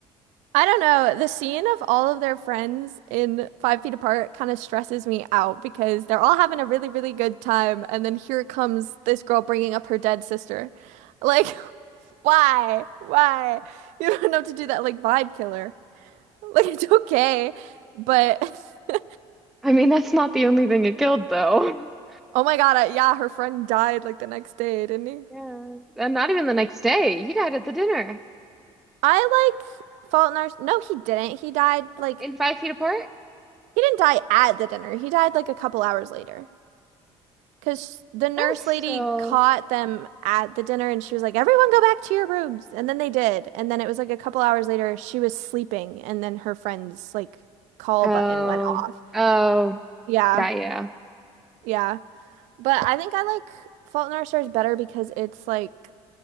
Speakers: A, on the right (about 80°); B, in the centre.
A: don't know. The scene of all of their friends in Five Feet Apart kind of stresses me out because they're all having a really, really good time. And then here comes this girl bringing up her dead sister. Like, Why? Why? You don't have to do that like vibe killer. <laughs> Like it's okay, but <laughs>
B: I mean, that's not the only thing it killed, though. <laughs>
A: oh my God, I, yeah, her friend died like the next day, didn't he?
B: Yeah. And not even the next day. He died at the dinner
A: I like Fault in Our No, he didn't. He died like
B: in Five Feet Apart.
A: he didn't die at the dinner. He died like a couple hours later. Because the nurse
B: That was still.
A: lady caught them at the dinner and she was like, Everyone go back to your rooms. And then they did. And then it was like a couple hours later, she was sleeping. And then her friend's like call
B: Oh,
A: button went off.
B: oh,
A: Yeah.
B: yeah, yeah.
A: Yeah. But I think I like Fault in Our Stars better because it's like